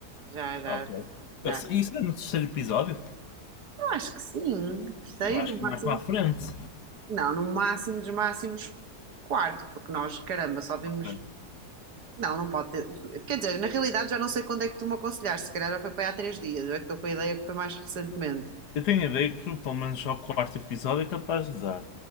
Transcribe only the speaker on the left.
Ok. Eu
sei- Isso é no terceiro episódio?
Eu acho que
é mais para a frente.
Ok.
Eu tenho a ideia que pelo menos ao quarto episódio é capaz de dar.